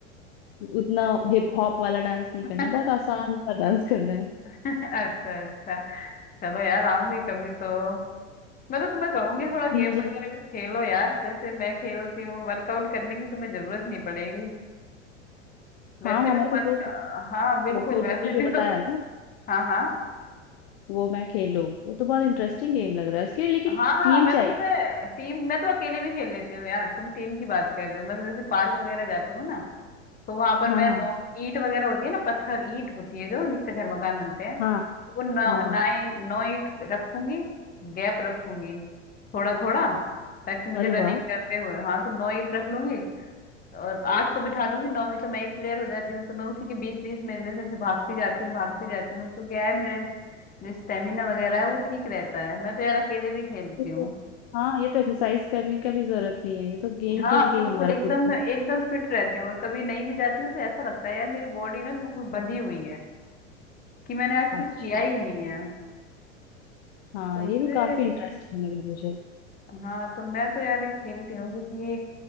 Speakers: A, on the left; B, on the left.
A: उतना हिप हॉप वाला डांस नहीं
B: <laughs>
A: करना बहुत आसान सा डांस करना है
B: अच्छा अच्छा चलो यार आऊंगी कभी तो मैं तो तुम्हें कहूंगी थोड़ा
A: मुझे
B: गेम वगैरह भी खेलो यार जैसे मैं खेलती हूँ वर्कआउट करने की तुम्हें जरूरत नहीं पड़ेगी वैसे
A: हाँ हाँ
B: भी
A: मैं
B: तुम
A: तो
B: आज
A: सोच रही
B: हाँ बिल्कुल
A: हूँ खो खो
B: वैसे
A: तुमने जो
B: भी
A: बताया
B: तुम
A: ना
B: हाँ हाँ
A: वो मैं खेलूँ वो तो बहुत इंटरेस्टिंग गेम लग रहा है उसके लिए लेकिन
B: हाँ हाँ
A: टीम
B: मैं तो
A: चाहिए
B: पता है टीम मैं तो अकेले भी खेल लेती हूँ यार तुम टीम की बात कर रहे हो मैं तो जैसे पार्क वगैरह जाती हूँ ना तो वहां पर
A: हाँ
B: मैं
A: हाँ
B: नौ ईंट वगैरह होती है ना पत्थर ईंट होती है जो जिससे घर मकान बनते हैं
A: हाँ
B: वो नौ
A: हाँ
B: नाइन नोइट रखूंगी गैप रखूंगी थोड़ा थोड़ा ताकि मुझे
A: अरे
B: रनिंग
A: वाह
B: करते हुए हाँ तो नौ ईट रख लूंगी और आठ को बिठा दूंगी नौ में तो मैं ही प्लेयर हो जाती हूँ तो मैं उसी के बीच बीच में जैसे जैसे भागती जाती हूँ भागती जाती हूँ तो क्या है मेरा इस जो स्टेमिना वगैरह है वो ठीक रहता है मैं तो यार अकेले भी खेलती
A: ये
B: हूँ
A: तो हाँ ये तो एक्सरसाइज करने का भी जरूरत नहीं है ये तो गेम
B: हाँ
A: खेल के
B: बिल्कुल
A: ही हमारा
B: एकदम
A: फिटनेस
B: एकदम फिट रहती हूँ और कभी नहीं भी जाती हूँ तो ऐसा लगता है यार मेरी बॉडी ना बिल्कुल बंधी हुई है कि मैंने आज कुछ
A: अच्छा
B: किया ही नहीं है
A: हाँ
B: तो
A: ये
B: मुझे
A: भी काफी इंटरेस्टिंग लगा मुझे
B: हाँ तो मैं तो यार ये खेलती हूँ क्योंकि